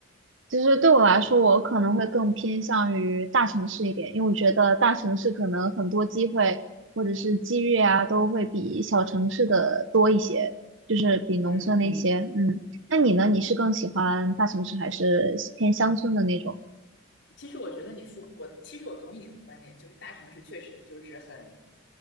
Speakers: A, on the right (about 70°); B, on the left (about 60°).
A: 其实对我来说，我可能会更偏向于大城市一点，因为我觉得大城市可能很多机会或者是机遇啊，都会比小城市的多一些，就是比农村那嗯些。
B: 嗯，
A: 嗯，那你呢？你是更喜欢大城市还是偏乡村的那种？
B: 其实我觉得你说我，其实我同意你的观点，就是大城市确实就是很